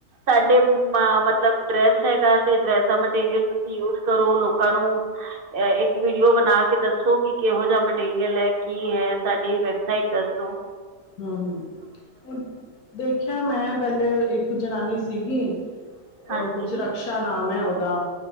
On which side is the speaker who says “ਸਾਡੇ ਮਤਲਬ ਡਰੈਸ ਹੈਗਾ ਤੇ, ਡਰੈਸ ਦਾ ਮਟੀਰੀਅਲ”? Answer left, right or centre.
Right